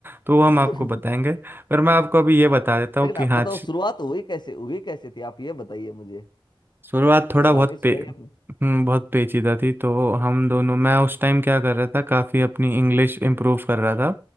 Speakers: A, on the right (about 25°); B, on the left (about 55°).
A: तो वो हम
B: <laughs>
A: आपको बताएंगे पर मैं आपको अभी ये बता देता हूँ
B: लेकिन
A: कि
B: आप
A: हाँ
B: बताओ शुरुआत हुई कैसे हुई कैसे थी आप ये बताइए मुझे
A: शुरुआत थोड़ा
B: कुछ कहानी
A: बहुत
B: सुनाइए
A: पे
B: अपनी
A: हम्म, बहुत पेचीदा थी तो हम दोनों मैं उस टाइम क्या कर रहा था काफ़ी अपनी इंग्लिश इम्प्रूव कर रहा था